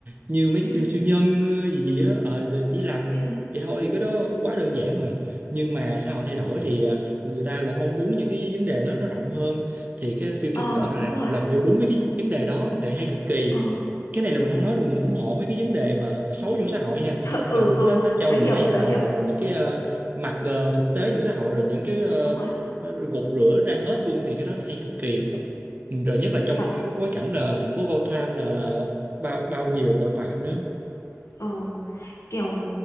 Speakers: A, on the right (about 35°); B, on the left (about 85°).
A: như mấy
B: ừ
A: cái phim siêu nhân ờ, gì gì á ờ, chỉ làm
B: ừ
A: vậy thôi thì cái đó quá đơn giản rồi nhưng mà xã hội thay đổi thì ờ, người ta lại mong muốn những cái vấn đề nó nó rộng hơn thì cái phim Joker
B: ờ
A: nó
B: đúng
A: làm
B: rồi
A: làm vô đúng mấy cái vấn đề đó để hay cực kỳ
B: ờ
A: cái này là mình không nói là mình ủng hộ mấy cái vấn đề mà mà xấu trong xã hội nha
B: <laughs>
A: nhưng
B: ừ
A: mà
B: ừ
A: nó nó, nó cho
B: tớ
A: mình
B: hiểu
A: thấy là
B: tớ hiểu
A: là là những cái ờ, mặt ờ, thực
B: Ừ,
A: tế trong xã hội rồi những cái ờ,
B: đúng rồi
A: ờ, gột rửa ra hết luôn thì cái đó nó hay cực kỳ rồi nhất là trong
B: chuẩn
A: cái bối cảnh là thành phố Gotham là là bao bao nhiêu tội phạm nữa
B: ờ kiểu